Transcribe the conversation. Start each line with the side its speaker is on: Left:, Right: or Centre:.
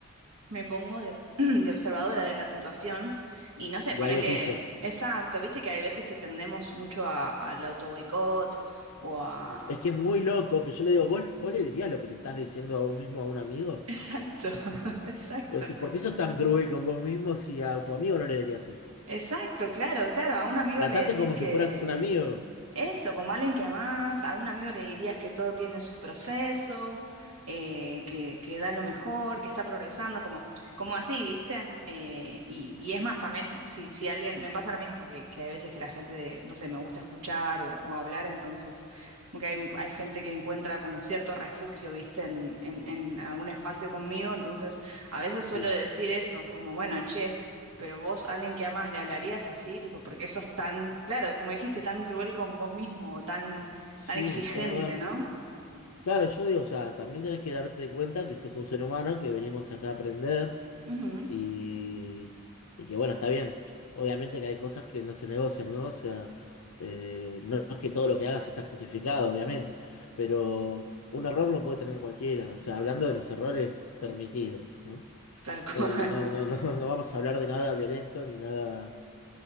Right: me pongo de, <clears throat> de observadora de la situación y no sé,
Left: de
Right: ponerle
Left: algo tuyo.
Right: exacto, viste que hay veces que tendemos mucho a- al auto boicot o a...
Left: Es que es muy loco que yo le digo, ¿vos, vos le dirías lo que te estás diciendo a vos mismo a un amigo?
Right: <laughs> Exacto, <laughs> exacto,
Left: Y vos decís, ¿por qué sos tan cruel con vos mismo si a tu amigo no le dirías eso?
Right: exacto, claro, claro, a un amigo
Left: Tratate
Right: le decís
Left: como
Right: que
Left: si fueras un amigo.
Right: Eso, como alguien que amás, a algún amigo le dirías que todo tiene su proceso, eh, que, que da lo mejor, que está progresando, como, como así, ¿viste? Eh, y, y es más, también, si, si alguien, me pasa lo mismo, que, que hay veces que la gente, de- no sé, me gusta escuchar o, o hablar, entonces, como que hay, hay gente que encuentra como cierto refugio, ¿viste? En, en, en algún espacio conmigo, entonces, a veces
Left: Sí.
Right: suelo decir eso, como, bueno, che pero vos, alguien que amas, le hablarías así, tipo, porque eso es tan, claro, como dijiste, tan cruel con vos mismo, tan,
Left: Sí,
Right: tan exigente,
Left: de verdad.
Right: ¿no?
Left: Claro, yo digo, o sea, también tenés que darte cuenta que sos un ser humano, que venimos acá a aprender
Right: Ujú,
Left: y, y que bueno, está bien. Obviamente que hay cosas que no se negocian, ¿no? O sea, eh, no es que todo lo que hagas está justificado, obviamente, pero un error lo puede tener cualquiera. O sea, hablando de los errores permitidos, ¿no?
Right: tal <laughs>
Left: No,
Right: cual.
Left: no, no, no, no vamos a hablar de nada violento ni nada